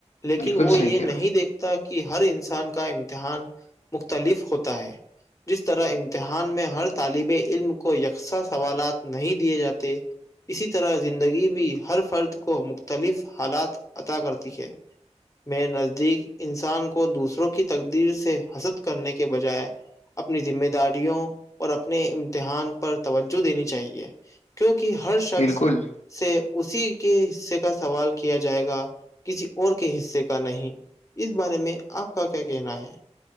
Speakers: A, on the left (about 25°); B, on the left (about 70°).
A: لیکن
B: بالکل
A: وہ
B: صحیح
A: یہ
B: کہہ
A: نہیں
B: رہا ہو
A: دیکھتے کہ ہر انسان کا امتحان مختلف ہوتا ہے جس طرح امتحان میں ہر طالب علم کو یکساں سوالات نہیں دیے جاتے اسی طرح زندگی بھی ہر فرد کو مختلف حالات عطا کرتی ہے میں نزدیک انسان کو دوسروں کی تقدیر سے حسد کرنے کے بجائے اپنی ذمہ داریوں اور اپنے امتحان پر توجہ دینی چاہیے کیونکہ ہر شخص
B: بالکل
A: سے اسی کے حصے کا سوال کیا جائے گا کسی اور کے حصے کا نہیں اس بارے میں آپ کا کیا کہنا ہے